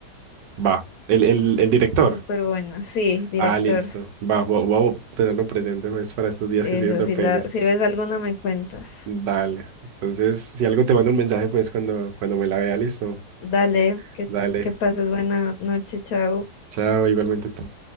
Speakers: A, on the right; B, on the left.
A: va. El, el, el director.
B: Súper buena. Sí, director.
A: Ah, listo. Va, vo- voy a tenerlo presente pues, para estos días
B: Eso,
A: que estoy viendo
B: si
A: pelis.
B: la, si ves alguna me cuentas.
A: Dale. Entonces, si algo te mando un mensaje, pues cuando, cuando me la vea, listo.
B: Dale, que,
A: Dale.
B: que pases buena noche, chao.
A: Chao, igualmente tú.